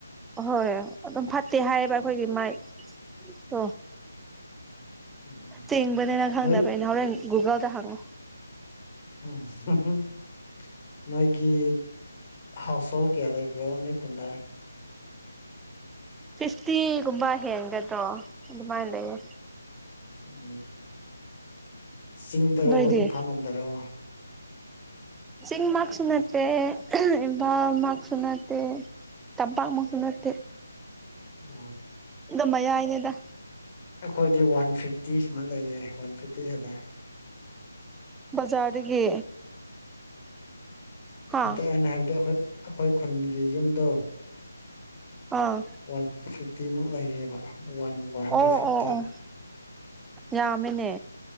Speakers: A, in the centre; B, on the left.
A: ꯑꯍꯣꯏ ꯑꯗꯨꯝ ꯐꯠꯇꯦ ꯍꯥꯏꯌꯦꯕ ꯑꯩꯈꯣꯏꯒꯤ ꯃꯥꯏ ꯑꯣ
B: ꯎꯝ
A: ꯆꯦꯡꯕꯅꯦ ꯅꯪ ꯈꯡꯗꯕꯩ
B: ꯅꯣꯏ
A: ꯅꯪ ꯍꯣꯔꯦꯟ ꯒꯨꯒꯜꯗ ꯍꯪꯉꯣ
B: ꯎꯝ <unintelligible> ꯅꯣꯏꯒꯤ ꯍꯥꯎꯁ ꯍꯣꯜ ꯀꯌꯥ ꯂꯩꯕ꯭ꯔꯣ ꯅꯣꯢ ꯈꯨꯟꯗꯥ
A: ꯐꯤꯁꯇꯤꯒꯨꯝꯕ ꯍꯦꯟꯒꯗ꯭ꯔꯣ ꯑꯗꯨꯃꯥꯏꯅ ꯂꯩꯌꯦ
B: ꯎꯝ ꯆꯤꯡꯗꯔꯣ
A: ꯅꯣꯏꯗꯤ
B: ꯏꯝꯐꯥꯜ ꯂꯣꯝꯗꯔꯣ
A: ꯆꯤꯡ ꯃꯥꯛꯁꯨ ꯅꯠꯇꯦꯕꯥ ꯢꯝꯐꯥꯜ ꯃꯥꯛꯁꯨ ꯅꯠꯇꯦ ꯇꯥꯝꯄꯥꯛ ꯃꯛꯁꯨ ꯅꯠꯇꯦ
B: ꯋꯥ
A: ꯑꯗꯨ ꯃꯌꯥꯏꯅꯦꯗ
B: ꯑꯩꯈꯣꯏꯗꯤ ꯋꯥꯟ ꯐꯤꯐꯇꯤ ꯁꯨꯃꯥꯢ ꯂꯩꯌꯦ ꯋꯥꯟ ꯐꯤꯐꯇꯤ ꯍꯦꯜꯂꯦ
A: ꯕꯖꯥꯔꯗꯒꯤ ꯍꯥ
B: ꯅꯠꯇꯦ ꯑꯩꯅ ꯍꯥꯏꯕꯗꯤ ꯑꯩꯈꯣꯏ ꯑꯩꯈꯣꯏ ꯈꯨꯟꯒꯤ ꯌꯨꯝꯗꯣ
A: ꯑꯥ
B: ꯋꯥꯟ ꯐꯤꯐꯇꯤꯃꯨꯛ ꯂꯩꯌꯦꯕ ꯋꯥꯟ ꯋꯥꯟ ꯍꯟꯗ꯭ꯔꯦꯠ
A: ꯑꯣ
B: ꯐꯤꯇꯤ
A: ꯑꯣ ꯑꯣ ꯌꯥꯝꯃꯦꯅꯦ